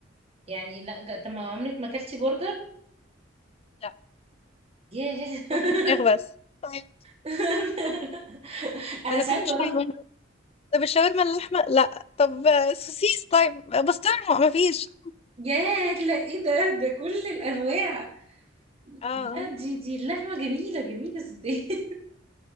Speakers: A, on the right; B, on the left.
A: يعني لا جا- طب ما عمرك ما اكلتي برجر
B: لا
A: ياه <laughs>
B: باكل فراخ بس طيب
A: <laughs> انا
B: وانا
A: ساعات
B: كل شويه
A: بروح
B: بقول، طب الشاورما اللحمه لا طب آه، سوسيس طيب آه، بسطرمه ما فيش
A: يا لا ايه ده ده كل الانواع
B: اه
A: لا دي دي اللحمه جميله جميله ازاي <laughs>